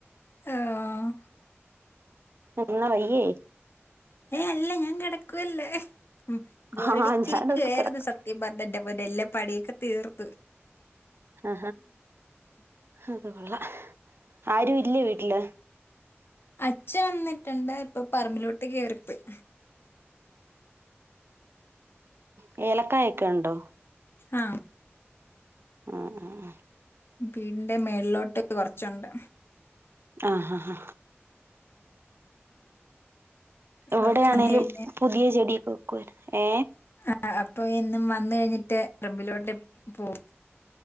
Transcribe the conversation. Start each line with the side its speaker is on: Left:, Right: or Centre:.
Left: ഓഹ്
Right: എന്നാ വയ്യേ
Left: ഏ അല്ല ഞാൻ കെടക്കുവല്ലാ ഉം ബോറടിച്ചിരിക്കുവായ്രുന്നു
Right: ആഹ് ഞാനോർത്ത് കിടക്ക
Left: സത്യം പറഞ്ഞന്റെ പൊന്നേ എല്ലാം പണിയൊക്കെ തീർ ത്
Right: ആ അത്കൊള്ള ആരു ഇല്ലേ വീട്ടില്
Left: അച്ഛ വന്നിട്ടുണ്ട് ഇപ്പൊ പറമ്പിലോട്ട് കേറിപ്പോയ്
Right: ഉ ഏലക്കായ ഒക്കെ ഒണ്ടോ
Left: ആ
Right: ആ ആഹ് ആ
Left: വീടിന്റെ മേളിലോട്ട് കൊറച്ചൊണ്ട്
Right: ആ ഹ ഹ
Left: അപ്പൊ
Right: എവിടെയാണേലും
Left: വന്നു കഴിഞ്ഞ
Right: പുതിയ ചെടി ഏ
Left: ആ അപ്പൊ എന്നും വന്ന് കഴിഞ്ഞിട്ട് പറമ്പിലോട്ട് പോം